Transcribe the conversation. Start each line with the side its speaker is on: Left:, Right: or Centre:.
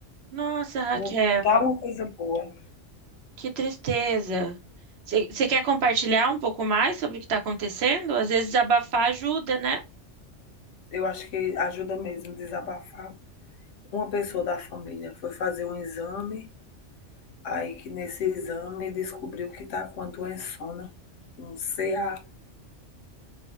Right: Nossa, Raquel,
Left: Não tá uma coisa boa.
Right: que tristeza. Você você quer compartilhar um pouco mais sobre o que está acontecendo? Às vezes abafar ajuda, né?
Left: Eu acho que ajuda mesmo desabafar. Uma pessoa da família foi fazer um exame, aí que nesse exame descobriu que tá com a doençona, um CA.